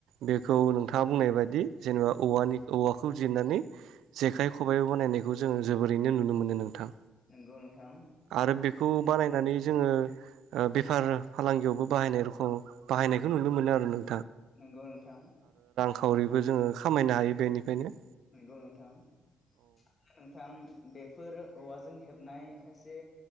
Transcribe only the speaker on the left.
नंगौ नोंथां
नोंगौ नोंथां
नोंगौ नोंथां आंरो नोंथां बेफोर औवाजों हेब नाय खायसे